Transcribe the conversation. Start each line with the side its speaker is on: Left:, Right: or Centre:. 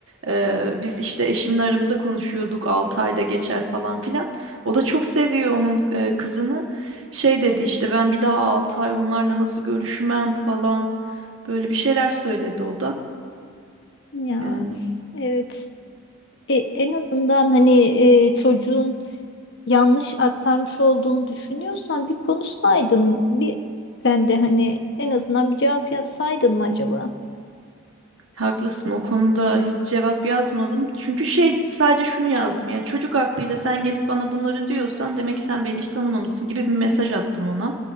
Right: ee, biz işte eşimle aramızda konuşuyorduk 6 ayda geçer falan filan. O da çok seviyor onun e, kızını şey dedi işte ben bir daha 6 ay onlarla nasıl görüşmem falan böyle bir şeyler söyledi o da
Left: Ya
Right: yani.
Left: evet. E, en azından hani e, çocuğun yanlış aktarmış olduğunu düşünüyorsan bir konuşsaydın. Bir ben de hani en azından bir cevap yazsaydın mı acaba?
Right: Haklısın o konuda hiç cevap yazmadım. Çünkü şey sadece şunu yazdım ya çocuk aklıyla sen gelip bana bunları diyorsan demek ki sen beni hiç tanımamışsın gibi bir mesaj attım ona.